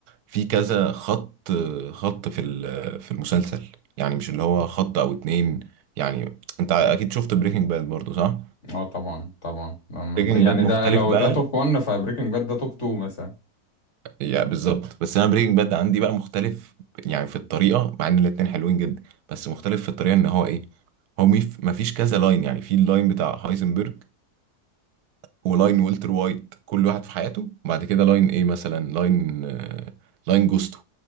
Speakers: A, on the right; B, on the left.
A: في كذا خط خط في ال- في المسلسل يعني مش اللي هو خط او اتنين يعني انت اكيد شفت بريكنج باد برضو صح
B: اه طبعا طبعا
A: بريكنج
B: يعني
A: باد مختلف
B: ده لو
A: بقى
B: ده توب 1 فبريكنج باد ده توب 2 مثلا
A: يعني بالظبط بس انا بريكنج باد عندي بقى مختلف يعني في الطريقه مع ان الاتنين حلوين جدا بس مختلف في الطريقه ان هو ايه هو ميف مفيش كذا لاين يعني في اللاين بتاع هايزنبرج ولاين والتر وايت كل واحد في حياته وبعد كده لاين ايه مثلا لاين آه، لاين جوستو